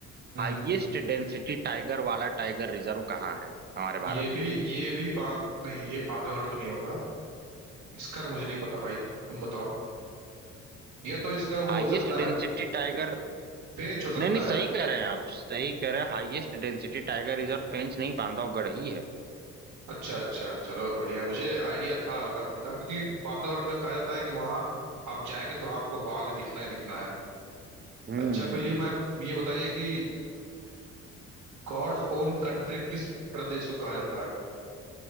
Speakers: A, on the right; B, on the right.
A: हम्म
B: हाईएस्ट डेंसिटी टाइगर वाला टाइगर रिजर्व कहाँ है हमारे
A: ये
B: भारत में
A: भी ये भी बां, नहीं ये बांधवगढ़ तो नहीं होगा इसका तो मुझे नहीं पता भाई तुम बताओ या तो इसका वो
B: Highest
A: हो सकता
B: density
A: है
B: tiger
A: पेंच हो सकता
B: नहीं नहीं सही
A: है
B: कह रहे हैं आप सही कह रहे हैं highest density tiger reserve Pench नहीं बांधवगढ़ ही है
A: अच्छा अच्छा चलो बढ़िया है मुझे आइडिया था हल्का फुल्का क्योंकि बांधवगढ़ में कहा जाता है कि वहां आप जाएंगे तो वहाँ आपको बाघ दिखना ही दिखना है
B: हम्म
A: अच्छा
B: हम्म
A: तो ये मैं ये बताइए कि गॉड्स ओन कंट्री किस प्रदेश को कहा जाता है